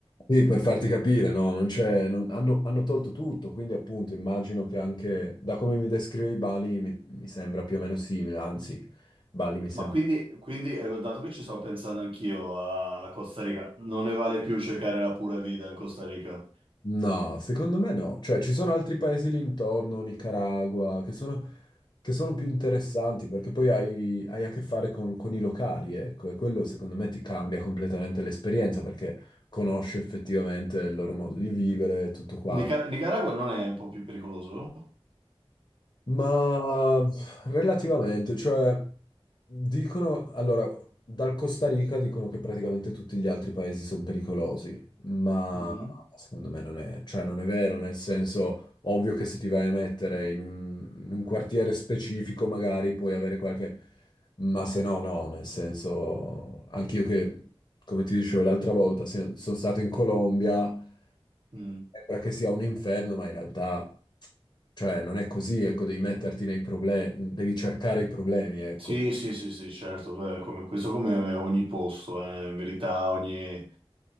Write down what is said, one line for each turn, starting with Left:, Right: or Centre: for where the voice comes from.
Left: sì, per farti capire, no, non c'è, non- hanno, hanno tolto tutto, quindi appunto immagino che anche, da come mi descrivevi Bali, mi, mi sembra più o meno simile, anzi, Bali mi sembra...
Right: Ma quindi, quindi, eh, dato che ci sto pensando anch'io alla Costa Rica, non ne vale più cercare la pura vita in Costa Rica.
Left: No, secondo me no, cioè ci sono altri paesi lì intorno, Nicaragua, che sono, che sono più interessanti, perché poi hai, hai a che fare con, con i locali, ecco, e quello secondo me ti cambia completamente l'esperienza, perché conosci effettivamente il loro modo di vivere e tutto quanto.
Right: Nica- Nicaragua non è un po' più pericoloso?
Left: Ma pff, relativamente, cioè, dicono, allora, dal Costa Rica dicono che praticamente tutti gli altri paesi sono pericolosi, ma
Right: Mhm,
Left: secondo me non è, cioè, non è vero, nel senso, ovvio che se ti vai a mettere in un, in un quartiere specifico magari puoi avere qualche, ma se no, no, nel senso, anch'io che, come ti dicevo l'altra volta, se- sono stato in Colombia,
Right: mm.
Left: sembra che sia un inferno, ma in realtà... Cioè, non è così, ecco, devi metterti nei problemi, devi cercare i problemi, ecco.
Right: Sì, sì, sì, sì, certo, beh, come- questo come ogni posto, eh, in verità ogni,